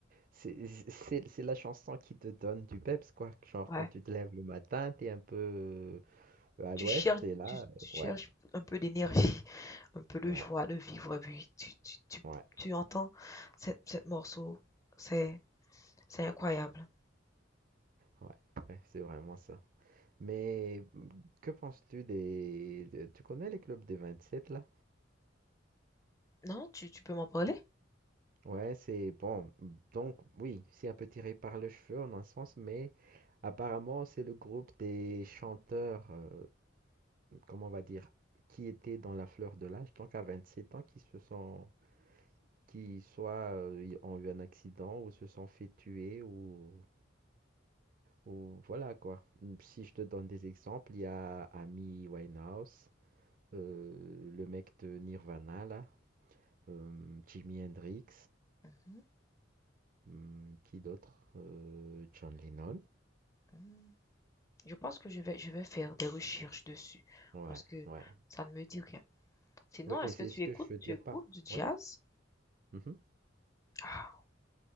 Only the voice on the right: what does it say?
c'est c'est c'est la chanson qui te donne du peps quoi, genre
quand tu te lèves le matin, t'es un peu euh, à
l'ouest
et là,
euh,
ouais,
ouais,
ouais,
ouais, ouais, c'est vraiment ça. Mais que penses-tu des, de- tu connais les clubs des 27 là?
Ouais, c'est bon, donc oui, c'est un peu tiré par le cheveu en un sens, mais apparemment c'est le groupe des chanteurs, euh, comment on va dire, qui étaient dans la fleur de l'âge, donc à 27 ans, qui se sont qui soit euh, y- ont eu un accident ou se sont fait tuer ou, ou voilà quoi. Hum, Si je te donne des exemples, il y a Amy Winehouse, euh, le mec de Nirvana là, euh, Jimi Hendrix,
hum, qui d'autre? Euh, John Lennon.
Ouais,
ouais.
Oui,
et c'est
ce
que je veux dire
par.
Ouais. mhm,